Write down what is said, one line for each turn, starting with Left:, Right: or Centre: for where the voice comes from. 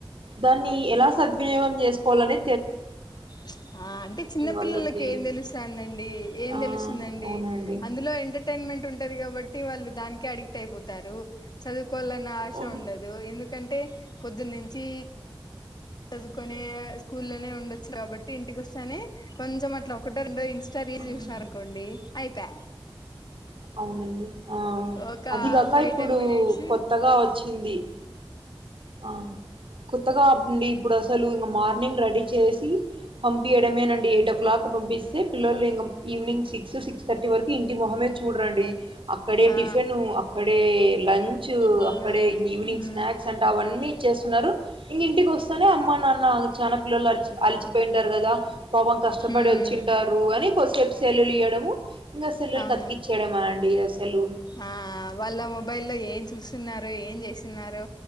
Right: దాన్ని ఎలా సద్వినియోగం చేసుకోవాలని
Left: చ్ ఆ అంటే చిన్నపిల్లలకి
Right: వాళ్ళకి.
Left: ఏం తెలుస్తాందండి ఏం
Right: ఆ!
Left: తెలుస్తుందండి
Right: అవునండి.
Left: అ అందులో ఎంటర్టైన్మెంట్ ఉంటది కాబట్టి వాళ్ళు దానికే అడిక్ట్ అయిపోతారు చదువుకోవాలన్న ఆశ
Right: అవును.
Left: ఉండదు ఎందుకంటే పొద్దున్నించి చదువుకునే స్కూల్లోనే ఉండొచ్చు కాబట్టి ఇంటికి వస్తేనే కొంచెం అట్లా ఒకటో రెండో ఇ న్స్టా రీల్స్
Right: అవును
Left: చూసినారనుకోండి అయిపోయా
Right: అవునండి ఆ
Left: ఒక
Right: అదిగాక
Left: ఫైవ్
Right: ఇప్పుడు
Left: టెన్ మినిట్స్
Right: కొత్తగా వచ్చింది ఆ కొత్తగా అండి ఇప్పుడు అసలు ఇంక మార్నింగ్ రెడీ చేసి పంపయడమేనండి ఏట క్లాక్ పంపిస్తే పిల్లలు ఇంగ ఈవనింగ్ సిక్స్ సిక్స్ థర్టీ వరకు ఇంటి మొహమే చూడరండి అక్కడే
Left: ఆ
Right: టిఫిన్ అక్కడే లంచ్
Left: అవునవును
Right: అక్కడ ఈవినింగ్
Left: మ్మ్
Right: స్నాక్స్ అంటే అవన్నీ చేస్తున్నారు ఇంగ ఇంటికి వస్తానే అమ్మ నాన్న చానా పిల్లలు అరిచి అలిచిపోయింటారు కదా పాపం కష్టపడి
Left: మ్మ్
Right: వచ్చింటారు అని కొద్దిసేపు సెల్లు ఇయ్వడము ఇంకా సెల్లు
Left: అవును
Right: కతికిచ్చ చెడ మాడి ఆసలూ
Left: ఆ వాళ్ళ మొబైల్ లో ఏం చూస్తున్నారు ఏం చేస్తున్నారు